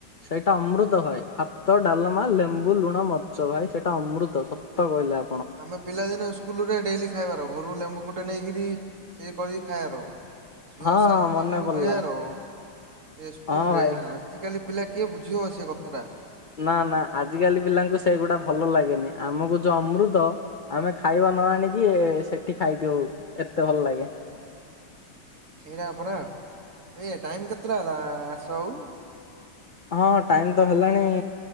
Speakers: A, on the left; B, on the right.
A: ସେଇଟା ଅମୃତ ଭାଇ ଭାତ ଡାଲମା, ଲେମ୍ବୁ ଲୁଣ ମରିଚ୍ ଭାଇ ସେଇଟା ଅମୃତ ସତ କହିଲେ ଆ
B: ଆମେ ପିଲାଦିନେ ଇସ୍କୁଲୁ ରେ ଡେଲି, ଖାଇବାର ଘରୁ ଲେମ୍ବୁ ଗୁଟେ ନେଇକିରି ସେ କରିକି ଖାଇବାର। ଯୋଉ
A: ହଁ
B: ଶାନ୍ତି
A: ହଁ ମନେ
B: ମିଳୁ
A: ପଡିଲା
B: ମିଳିବାର ଏ ସ୍କୁଲରେ
A: ହଁ ଭାଇ।
B: ଆଜିକାଲି ପିଲା କିଏ ବୁଝିିବ ସେ କଥାଟା
A: ନା ନା ଆଜିକାଲି ପିଲାଙ୍କୁ ସେଗୁଡା ଭଲ ଲାଗେନି, ଆମକୁ ଯୋଉ ଅମୃତ ଆମେ ଖାଇବା। ନ ଆଣିକି ସେଠି ଖାଇଦିଉ ଏତେ ଭଲ ଲାଗେ
B: ସେଇଟା ପରା ଏ ଟାଇମ କେତେଟା ହେଲା ଆସ ଆଉ।
A: ହଁ ଟାଇମ ତ ହେଲାଣି